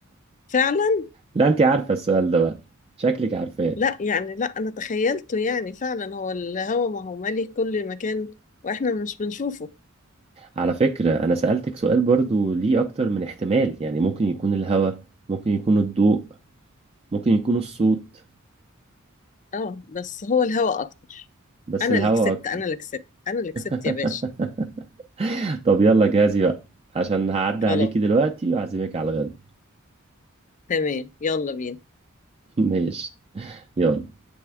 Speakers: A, on the left (about 35°); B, on the right (about 30°).
A: فعلا
B: لا انت عارفة السؤال ده بقى شكلك عارفاه
A: لا يعني لا انا تخيلته يعني فعلا هو الهوا ما هو مالي كل مكان واحنا مش بنشوفه
B: على فكرة انا سألتك سؤال برضو ليه اكتر من احتمال يعني ممكن يكون الهواء ممكن يكون الضوء ممكن يكون الصوت
A: اه بس هو الهوا اكتر
B: بس
A: انا
B: الهواء
A: اللي كسبت
B: اكتر
A: انا اللي كسبت انا اللي كسبت
B: <laughs>
A: يا باشا
B: طب يلا جاهزي بقى عشان هعدي
A: خلاص
B: عليكي دلوقتي وأعزمك على الغدا
A: تمام يلا بينا
B: <laughs> ماشي يلا